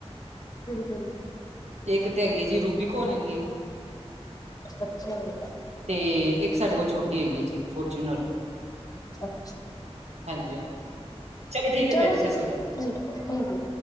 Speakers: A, on the left (about 35°); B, on the right (about 80°).
A: ਕਿਹੜੀ ਕਿਹੜੀ
B: ਇੱਕ ਤੇ ਹੈਗੀ ਹੈ ਜੀ ਰੂਬੀਕੌਣ ਹੈਗੀ ਏ
A: ਅੱਛਾ ਜੀ
B: ਤੇ ਇੱਕ ਸਾਡੇ ਕੋਲ ਛੋਟੀ ਹੈਗੀ ਜੀ ਫੋਰਚੂਨਰ
A: ਅੱਛਾ- ਅੱਛਾ
B: ਹਾਂਜੀ ਹਾਂਜੀ ਠੀਕ ਹੈ
A: ਚਲੋ
B: ਭੈਣ
A: ਜੀ
B: ਸਤਿ ਸ੍ਰੀ ਅਕਾਲ
A: ਠੀਕ ਠੀਕ ਏ।